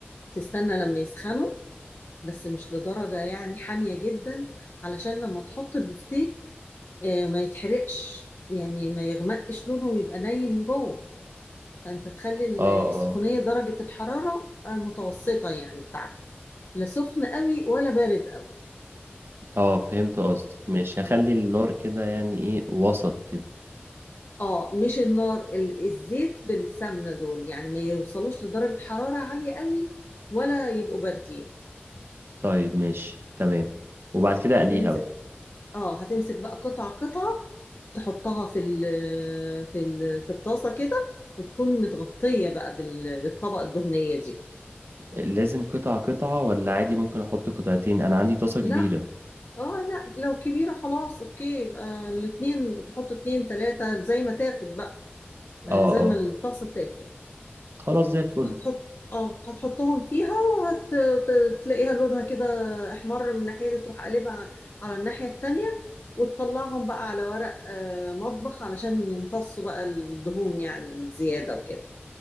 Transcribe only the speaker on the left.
وتستنى لما يسخنوا بس مش لدرجة يعني حامية جدا علشان لما تحط البفتيك آه، ما يتحرقش يعني ما يغمقش لونه ويبقى ني من جوه فانت تخلي ال-
السخونيه
درجه الحراره آه، متوسطه يعني بتاعته لا سخن قوي ولا بارد قوي
تمام؟
اه مش النار ال- الزيت بالسمنه دول يعني ما يوصلوش لدرجه حراره عاليه قوي ولا يبقوا باردين
هتمسك
اه هتمسك بقى قطعه قطعه تحطها في ال في ال في الطاسه كده وتكون متغطيه بقى بال- بالطبقه الدهنيه دي
لا اه لا لو كبيرة خلاص اوكي يبقى الاتنين تحط اتنين تلاتة زي ما تاخد بقى يعني
زي
ما الطاسة تاخد
هتحط اه هتحطهم فيها وهتلاقيها لونها كده احمر من الناحية دي تروح قلبها على الناحية التانية وتطلعهم بقى على ورق آه، مطبخ علشان يمتصوا بقى الدهون يعني الزيادة وكده